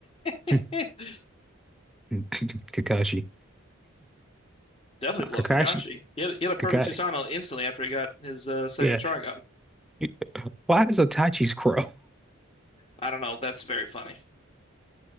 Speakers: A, on the left; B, in the centre.
A: <laughs>
B: Mm. <laughs> Kakashi.
A: definitely
B: Uh,
A: blow
B: Kakashi.
A: Kakashi. He had, he had a perfect
B: Kakashi.
A: Susanoo instantly after he got his uh, second
B: Yeah.
A: Sharingan.
B: <laughs> Why is Itachi's crow?
A: I don't know. That's very funny.